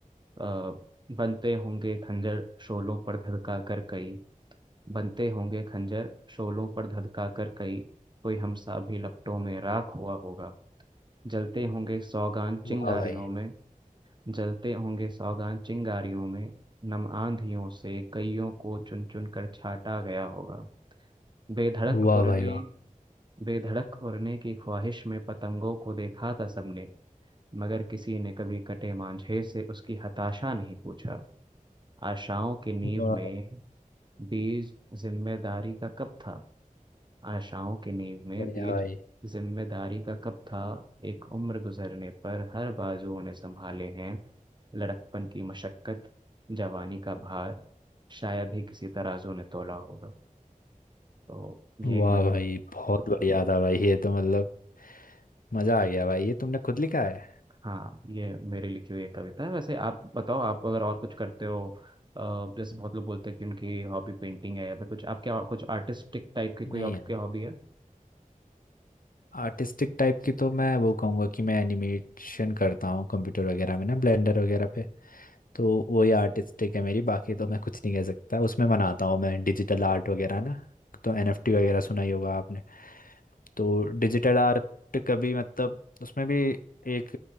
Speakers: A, on the right; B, on the left.
A: अ, बनते होंगे खंजर शोलों पर धधका कर कई बनते होंगे खंजर शोलों पर धधका कर कई कोई हमसा भी लपटों में राख हुआ होगा जलते होंगे सौगान चिंगारियों
B: वाह भाई
A: में जलते होंगे सौगान चिंगारियों में नम आंधियों से कईयों को चुन चुन कर छाटा गया होगा बेधड़क
B: वाह
A: उड़ने
B: भाई वाह
A: बेधड़क उड़ने की ख्वाहिश में पतंगों को देखा था सबने मगर किसी ने कभी कटे मांझे से उसकी हताशा नहीं पूछा आशाओं की नींव
B: वाह
A: में
B: भाई,
A: बीज जिम्मेदारी का कब था आशाओं की नींव में
B: बढ़िया
A: बीज
B: भाई
A: जिम्मेदारी का कब था एक उम्र गुजरने पर हर बाजुओं ने संभाले हैं लड़कपन की मशक्कत जवानी का भार शायद ही किसी तराजू ने तोला होगा तो ये
B: वाह
A: एक मेरे
B: भाई बहुत बढ़िया था भाई ये तो मतलब मजा आ गया भाई ये तुमने खुद लिखा है
A: हाँ ये मेरी लिखी हुई एक कविता है वैसे आप बताओ आप अगर और कुछ करते हो अ, जैसे बहुत लोग बोलते हैं कि उनकी हॉबी पेंटिंग है या फिर कुछ आप क्या कुछ आर्टिस्टिक टाइप की कोई
B: नहीं
A: आपकी
B: यार
A: हॉबी है
B: आर्टिस्टिक टाइप की तो मैं वो कहूँगा कि मैं एनिमेशन करता हूँ कंप्यूटर वगैरह में ना ब्लेंडर वगैरह पे तो वही आर्टिस्टिक है मेरी बाकी तो मैं कुछ नहीं कह सकता उसमें बनाता हूँ मैं डिजिटल आर्ट वगैरह ना तो एनएफटी वगैरह सुना ही होगा आपने तो डिजिटल आर्ट कभी मतलब उसमें भी एक